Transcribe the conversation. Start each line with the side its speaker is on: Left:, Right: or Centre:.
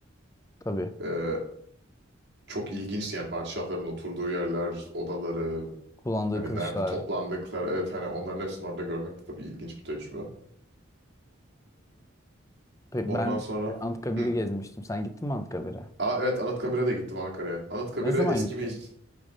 Left: tabii.
Right: Ee, çok ilginç yani padişahların oturduğu yerler, odaları,
Left: Kullandığı
Right: hani
Left: kılıçlar.
Right: nerede toplandıkları. Evet hani onların hepsini orada görmek de tabii ilginç bir tecrübe.
Left: Pe-
Right: Ondan
Left: Ben
Right: sonra
Left: işte Anıtkabir'i
Right: Hı.
Left: gezmiştim. Sen gittin mi Anıtkabir'e?
Right: Aa, evet Anıtkabir'e de gittim Ankara'ya. Anıtkabir'e
Left: Ne zaman
Right: eski
Left: gittin?
Right: meclis